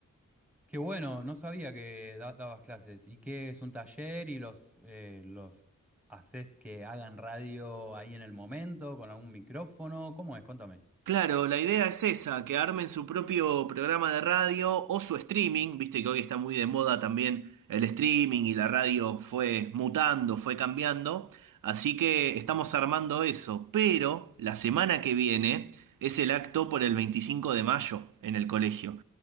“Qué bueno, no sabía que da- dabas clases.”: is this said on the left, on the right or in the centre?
Centre